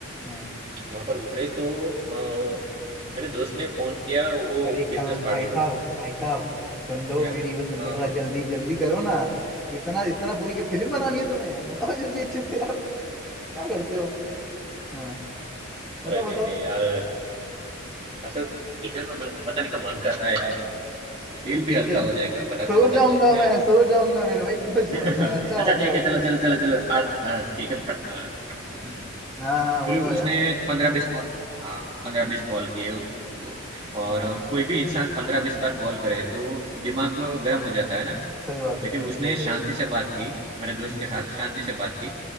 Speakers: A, in the centre; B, on the right.
A: हाँ
B: वहाँ पर उतरे तो अ, मेरे दोस्त ने फोन किया वो
A: यार एक
B: बिजनेस
A: काम भाई
B: पार्टी
A: साहब
B: को
A: भाई साहब सुन लो
B: क्या
A: मेरी वो सुन
B: हाँ
A: लो थोड़ा जल्दी जल्दी करो ना इतना इतना पूरी की फिल्म बनानी है तुम्हें बताओ जल्दी अच्छे से यार क्या करते हो हाँ बताओ
B: अरे नहीं
A: बताओ
B: नहीं यार ऐसा डिटेल में बत- बताने का मन कर रहा है यार
A: अरे
B: दिल
A: डिटेल
B: भी हल्का हो जाएगा बना
A: सो
B: बताने
A: जाऊंगा
B: दो ना
A: मैं
B: यार
A: सो जाऊंगा मेरे भाई सो जाऊंगा
B: <laughs>
A: अच्छा
B: अच्छा
A: बताओ
B: ठीक है
A: जल्दी
B: चलो चलो चलो चलो फास्ट
A: हाँ
B: ठीक है फट अ, फटाफट बता
A: हम्म,
B: दो
A: हाँ हाँ
B: फिर
A: बताओ यार
B: उसने पंद्रह बीस कॉल हाँ पंद्रह बीस कॉल किए उसको और
A: हाँ
B: कोई भी इंसान पंद्रह बीस बार कॉल करे तो दिमाग गर्म हो जाता है ना
A: सही बात है
B: लेकिन उसने
A: हो
B: शांति
A: जाएगा
B: से बात की, मेरे दोस्त
A: हम्म,
B: के साथ शांति से बात की